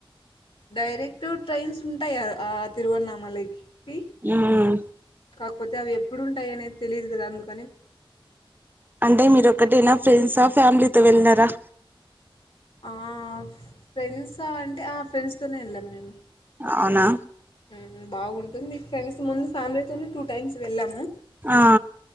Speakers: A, on the left; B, on the right.
A: డైరెక్ట్ ట్రైన్స్ ఉంటాయి ఆ తిరువన్నామలైకి కి
B: మ్మ్.
A: కాకపోతే అవి ఎప్పుడుంటాయి అనేది తెలిదు కదా అందుకు
B: అంటే మీరుొక్కటేనా ఫ్రెండ్సా ఫ్యామిలీతో వెళ్ళినారా
A: అ ఫ్రెండ్స్ అంటే ఆ ఫ్రెండ్స్తోనే వెళ్ళాము మేము
B: అవునా
A: ఉమ్ బాగుంటుంది ఫ్రెండ్స్ ముందు ఫ్యామిలీతోనే టూ టైమ్స్ వెళ్ళాము
B: ఆ